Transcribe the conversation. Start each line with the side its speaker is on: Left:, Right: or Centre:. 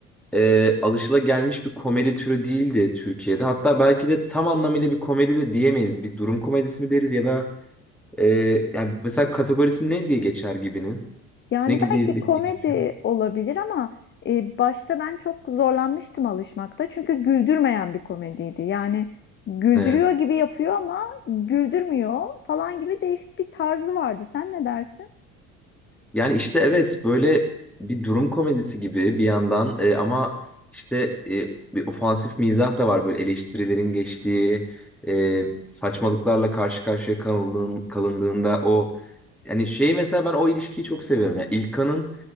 Centre: e, alışılagelmiş bir komedi türü değildi Türkiye'de. Hatta belki de tam anlamıyla bir komedi de diyemeyiz. Bir durum komedisi mi deriz ya da e, yani mesela kategorisi ne diye geçer gibiniz?
Left: Yani
Centre: Ne gibi
Left: belki
Centre: diye
Left: komedi
Centre: geçiyor?
Left: olabilir ama e, başta ben çok zorlanmıştım alışmakta. Çünkü güldürmeyen bir komediydi. Yani güldürüyor
Centre: He.
Left: gibi yapıyor ama güldürmüyor falan gibi değişik bir tarzı vardı. Sen ne dersin?
Centre: Yani işte evet böyle bir durum komedisi gibi bir yandan e, ama işte e, bir ofansif mizah da var böyle eleştirilerin geçtiği e, saçmalıklarla karşı karşıya kalındığın, kalındığında o yani şeyi mesela ben o ilişkiyi çok seviyorum ya İlkan'ın